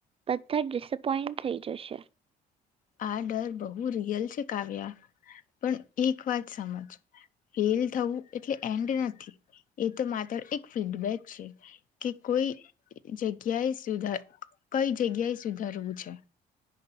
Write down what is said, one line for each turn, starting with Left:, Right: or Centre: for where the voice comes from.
Right: બધા ડિસપોઈન્ટ થઈ જશે.
Left: આ ડર બહુ રિયલ છે કાવ્યા. પણ એક વાત સમજ ફેલ થવું એટલે એન્ડ નથી એ તો માત્ર એક ફીડબેક છે કે કોઈ જગ્યાએ સુધાર કઈ જગ્યાએ સુધારવું છે.